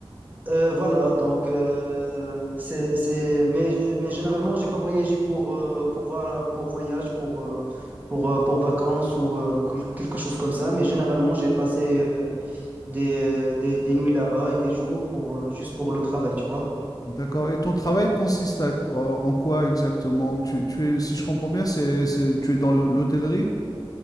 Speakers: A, on the right (about 20°); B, on the left (about 40°).
A: Euh, voilà, donc euh, c'est, c'est, mais, mais généralement, j'ai pas voyagé pour, euh, pour, voir- pour voyage, pour, euh, pour, euh, pour vacances ou euh, quel- quelque chose comme ça, mais généralement, j'ai passé euh, des, euh, des, des nuits là-bas et des jours pour, euh, juste pour le travail, tu vois.
B: d'accord. Et ton travail consiste à, en en quoi exactement? Tu, tu es, si je comprends bien, c'est, c'est, tu es dans l'hô- l'hôtellerie?